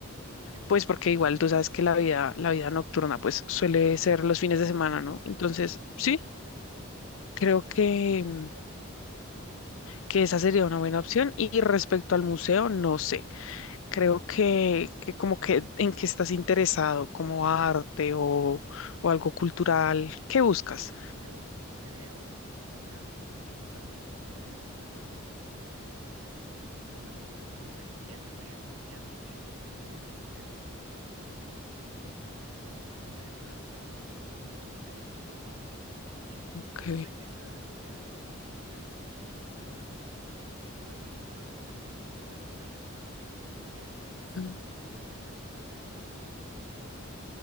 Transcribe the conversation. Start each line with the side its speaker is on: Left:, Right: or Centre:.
Right: Ya.
Left: pues porque igual tú sabes que la vida, la vida nocturna pues suele ser los fines
Right: Claro,
Left: de semana,
Right: es más
Left: ¿no?
Right: activa
Left: Entonces,
Right: en fines de semana,
Left: sí,
Right: sí.
Left: creo que,
Right: Sí, no,
Left: mm,
Right: ok.
Left: que esa sería una buena opción. Y respecto al museo, no sé. Creo que, que como que en qué estás interesado, como arte o, o algo cultural, ¿qué buscas?
Right: Uy, yo creo que algo cultural me gustaría mucho porque Bueno, no sé, ya que voy a ir para allá, ya que voy a estar allá, ver los orígenes, ver, no sé, toda esta riqueza cultural que hay, estaría genial. Y
Left: Ok.
Right: no sé en qué ciudad estaría establecido un- algún museo, pero tal vez probar comida típica de por ahí. Entonces,
Left: mm,
Right: creo que sería una buena experiencia tal vez para